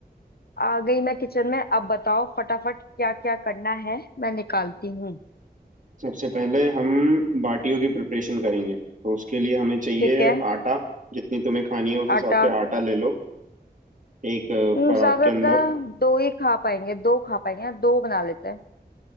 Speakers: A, on the left (about 70°); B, on the right (about 50°).
A: आ गई मैं किचन में अब बताओ फटाफट क्या क्या करना है मैं निकालती हूँ
B: सबसे पहले हम बाटियों की प्रिपरेशन करेंगे तो उसके लिए हमें चाहिए
A: ठीक है
B: आटा जितनी तुम्हें खानी है उस हिसाब
A: आटा
B: से आटा ले लो एक अ,
A: हम्म,
B: परात
A: ज्यादा
B: के अंदर
A: दो ही खा पाएंगे दो खा पाएंगे दो बना लेते हैं